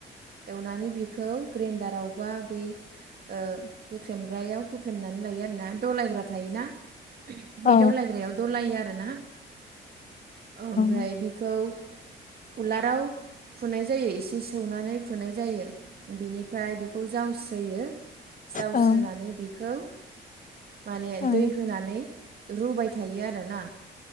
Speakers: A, on the right (about 55°); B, on the left (about 40°).
A: एवनानै बेखौ ग्रेन्दारावबा बे ओ हुख्रेमग्रायाव हुख्रेमनानै लायो आरोना दलायग्रा थायोना
B: औ
A: बे दलायग्रायाव दलायो आरो ना ओमफाय
B: औ
A: बेखौ उलाराव खुनाय जायो इसे सौनानै खुनाय जायो बेनिफ्राय बेखौ जावस्रोयो। जाव इ
B: ओं
A: बेखौ माने
B: ओं
A: दै होनानै रुबाय थायो आरोना।